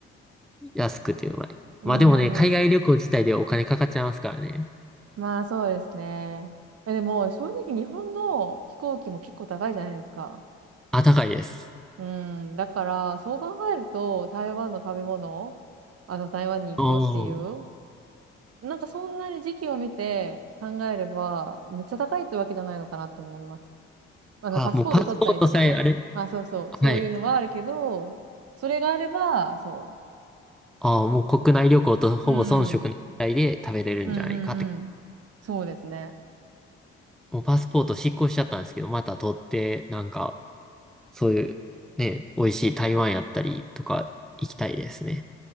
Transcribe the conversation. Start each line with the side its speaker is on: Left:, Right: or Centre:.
Centre: 安くてうまい。
Right: うー
Centre: まあでもね、海外旅行自体でお金かかっちゃいますからね。
Right: ん。まあそうですね。えでも正直日本の飛行機も結構高いじゃないですか。
Centre: あ、高いです。
Right: うーん。だからそう考えると台湾の食べ物、あと台湾に行くっていう
Centre: うん。
Right: なんかそんなに時期を見て考えれば、めっちゃ高いってわけじゃないのかなと思います。まあ、
Centre: あ、
Right: のパスポート取ったりとかね。
Centre: もうパスポートさえあれ、
Right: まあそうそう、そういうのはあるけど、
Centre: はい。
Right: それがあれば、そ
Centre: ああ、もう国内旅行とほぼ遜色ないぐらいで食べれるんじゃないかって。
Right: う。うん。うんうんうん。そうですね。
Centre: もうパスポート失効しちゃったんですけど、また取って、なんか、そういう、ね、美味しい台湾やったりとか行きたいですね。